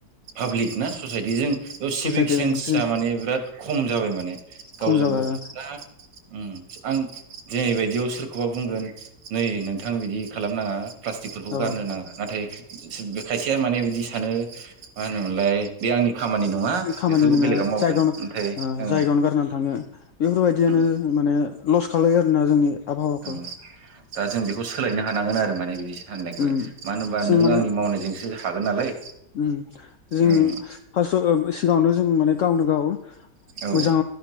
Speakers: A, on the right; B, on the left.
A: पाब्लिक ना ससाइटिजों इयाव सिभिक
B: ससाइटि
A: सेन्सा
B: मोनसे
A: माने बिराद खम जाबाय माने गावजों
B: खम जाबाय
A: गाव दा उम आं दिनैबायदियाव सोरखौबा बुंगोन नै नोंथां बिदि खालामनाङा प्लास्टिकफोरखौ
B: औ
A: गारनो नाङा नाथाय खाय नै बिदि सानो मा होनोमोनलाय बे आंनि खामानि नङा
B: ओं खामानि
A: बेफोरखौ
B: नङा
A: बेलेगा मावगोन
B: जायगायाव ओ
A: ओमफ्राय ओं
B: जायगायावनो गारनानै थाङो बेफोरबायदियानो
A: उम
B: माने लस खालायो आरोना जोंनि आबहावाखौ
A: ओं दा जों बेखौ सोलायनो हानांगोन आरो माने बिदि साननायखौ
B: उम
A: मानो होनबा
B: जों
A: नों
B: माने
A: आंनि मावनायजों सो हागोन नालाय।
B: उम जों
A: उम
B: फास्टआव ओ सिगाङावनो जों माने गावनो गाव
A: औ
B: मोजां